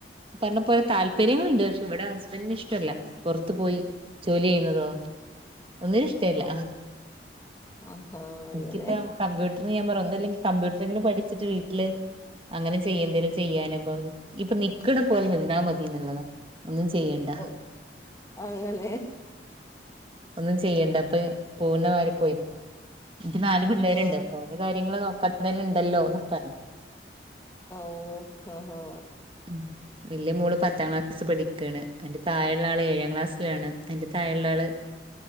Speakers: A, on the right (about 30°); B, on the left (about 15°).
A: പറഞ്ഞ പോലെ താല്പര്യങ്ങളുണ്ട് പക്ഷെ ഇവിടെ ഹസ്ബൻഡന് ഇഷ്ടല്ല പുറത്തു പോയി ജോലി ചെയ്യുന്നതോ ഒന്നിനും ഇഷ്ടല്ല
B: ഓ ആഹാ
A: എനിക്കിപ്പ
B: അങ്ങനെ
A: കമ്പ്യൂട്ട <unintelligible> അന്ന് ഞാൻ പറഞ്ഞു ഒന്നുവിലെൻകിൽ കമ്പ്യൂട്ടറില് പഠിച്ചിട്ട് വീട്ടില് അങ്ങനെ ചെയ്യ എന്തേലും ചെയ്യാനപ്പ ഇപ്പൊ ഇപ്പൊ നിക്കണ പോലെ നിന്നാ മതിന്നുള്ളതാ ഒന്നും ചെയ്യണ്ട
B: ഓ അങ്ങനെ
A: ഒന്നും ചെയ്യണ്ട അപ്പേ പൂന വരെ പോയി എനിക്ക് നാല് പിള്ളേരിണ്ട്
B: ആഹാ
A: അപ്പൊ അവരുടെ കാര്യങ്ങള് നോക്ക <unintelligible> ഇണ്ടല്ലോന്നൊക്കെ പറഞ്ഞ്
B: ഓ ആഹ് ഹാ
A: ഉം വല്യ മോള് പത്താം ക്ലാസ് പഠി ക്കാണ് അയിൻ്റെ താഴിള്ള ആള് ഏഴാം ക്ലാസ്സിലാണ് അയിൻ്റെ താഴിള്ള ആള്